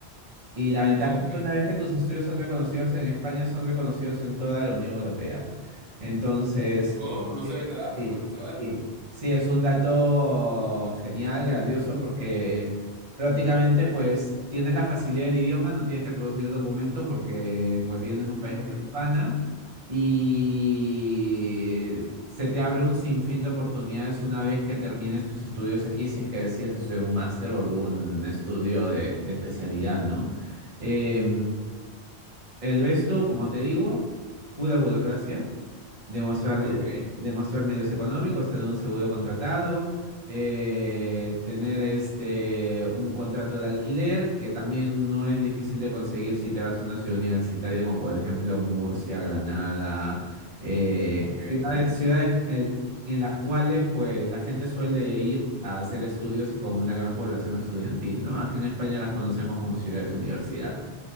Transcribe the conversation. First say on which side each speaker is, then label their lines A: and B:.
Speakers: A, on the right; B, on the right.
A: Y la ventaja
B: Ok.
A: es que una vez que tus estudios son reconocidos en España, son reconocidos en toda la Unión Europea. Entonces,
B: Oh,
A: eh,
B: no
A: eh,
B: sabía ese dato,
A: sí,
B: bueno saberlo.
A: sí. Sí, es un dato genial, grandioso, porque prácticamente pues tienes la facilidad del idioma, no tienes que traducir documentos porque pues vienes de un país
B: Ujú.
A: de habla hispana y se te abre un sinfín de oportunidades una vez que termines tus estudios aquí, si es que decides estudiar un máster o algún estudio de, de especialidad, ¿no? Eh, el resto, como te digo, pura burocracia, demostrar,
B: Ok,
A: eh, demostrar medios económicos, tener un seguro contratado, eh, tener este, un contrato de alquiler, que también no es difícil de conseguir si te vas a una ciudad universitaria, como por ejemplo Murcia, Granada, eh,
B: ok,
A: ciudades, ciudades en en las cuales pues la gente suele ir a hacer estudios y con una gran población estudiantil, ¿no? Acá en España las conocemos como ciudades universidad.